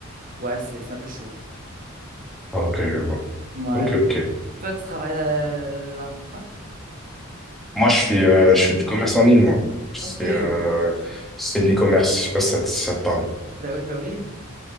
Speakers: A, on the right; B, in the centre.
A: ouais, c'est c'est un peu chaud.
B: Ok, je vois.
A: Ouais.
B: Ok, ok.
A: Toi, tu travailles euh, dans quoi?
B: Moi, je fais, euh, je fais du commerce en ligne, moi. C'est
A: OK. Ouais.
B: euh, c'est de l'e-commerce. Je sais pas si ça, te- ça te parle.
A: Ben oui, ben oui.